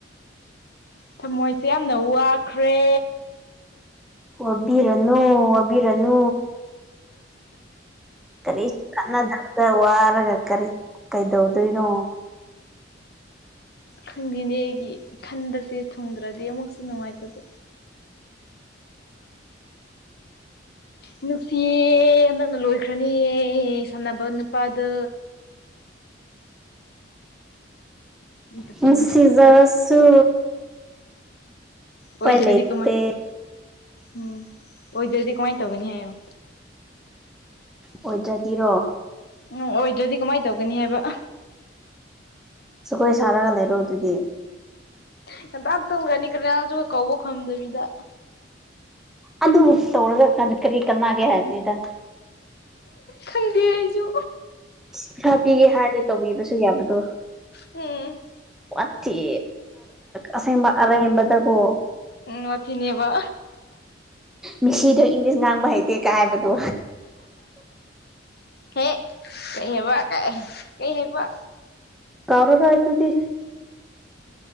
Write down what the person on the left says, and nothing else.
ꯊꯃꯣꯏꯁꯦ ꯌꯥꯝꯅ ꯋꯥꯈ꯭ꯔꯦ
ꯈꯪꯗꯦꯅꯦ ꯑꯩꯒꯤ ꯈꯟꯕꯁꯦ ꯊꯨꯡꯗ꯭ꯔꯗꯤ ꯑꯃꯨꯛꯁꯨ ꯅꯨꯡꯉꯥꯏꯇꯕ ꯅꯨꯡꯁꯤꯌꯦ ꯅꯅꯛꯅ ꯂꯣꯏꯈ꯭ꯔꯅꯤ ꯁꯥꯟꯅꯕ ꯅꯨꯄꯥꯗ ꯑꯗꯨꯒꯤ
ꯅꯨꯡꯁꯤꯕ ꯑꯣꯏꯗ꯭ꯔꯗꯤ
ꯀꯃꯥꯏ ꯎꯝ ꯑꯣꯏꯗ꯭ꯔꯗꯤ ꯀꯃꯥꯏꯅ ꯇꯧꯒꯅꯤ ꯍꯥꯏꯌꯣ
ꯎꯝ ꯑꯣꯏꯗ꯭ꯔꯗꯤ ꯀꯃꯥꯏꯅ ꯇꯧꯒꯅꯤ ꯍꯥꯏꯕ
ꯉꯟꯇ ꯇꯨꯝꯒꯅꯤ ꯀꯔꯤꯅꯥꯁꯨ ꯀꯧꯕ ꯈꯝꯗꯕꯤꯗ
ꯈꯪꯗꯦ ꯑꯩꯁꯨ
ꯎꯝ
ꯎꯝ ꯋꯥꯅꯦꯕ
ꯍꯦ ꯀꯩ ꯍꯥꯏꯕ ꯀ ꯀꯩ ꯍꯥꯏꯕ